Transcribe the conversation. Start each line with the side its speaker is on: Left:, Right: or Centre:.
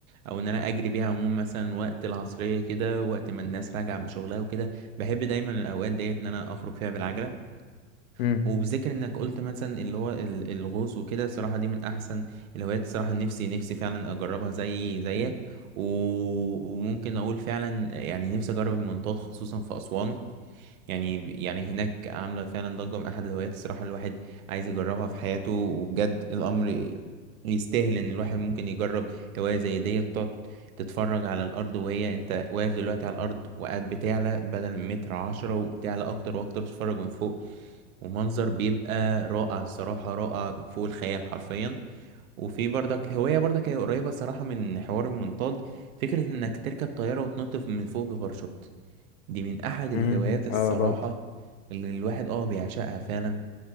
Right: او ان انا اجري بيها عموما مثلا وقت العصريه كده وقت ما الناس راجعه من شغلها وكده بحب دايما الاوقات ديت ان انا اخرج فيها بالعجله
Left: امم
Right: وبذكر انك قلت مثلا اللي هو ال- الغوص وكده الصراحه دي من احسن الهوايات الصراحه نفسي نفسي فعلا اجربها زي زيك و... وممكن اقول فعلا يعني نفسي اجرب المنطاد خصوصا في اسوان يعني يعني هناك عامله فعلا ضجه من احد الهوايات الصراحه الواحد عايز يجربها في حياته وبجد الامر يستاهل ان الواحد ممكن يجرب هوايه زي ديت تقعد تتفرج على الارض وهي انت واقف دلوقتي على الارض وقاعد بتعلى بدل متر عشرة وبتعلى اكتر واكتر تتفرج من فوق ومنظر بيبقى رائع الصراحة رائع فوق الخيال حرفيا وفي برضك هواية برضك هي قريبة صراحة من حوار المنطاد فكرة انك تركب طيارة وتنط في- من فوق بباراشوت دي من احد الهوايات
Left: امم
Right: الصراحة
Left: اه برضه
Right: اللي الواحد اه بيعشقها فعلا